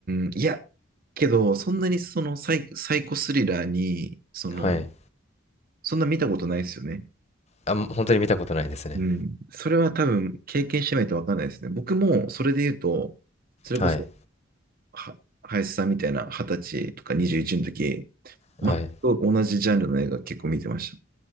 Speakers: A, on the right; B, on the left.
A: ん。いや、けど、そんなにそのサイ、サイコスリラーに、その、
B: はい。
A: そんな見たことないですよね。
B: あ、もう本当に見たことないですね。
A: うん。それは多分経験してないとわかんないですね。僕もそれで言うと、それこそ、
B: はい。
A: は、林さんみたいな二十歳とか21の時、全く同じジャンルの映画結構見てました。
B: はい。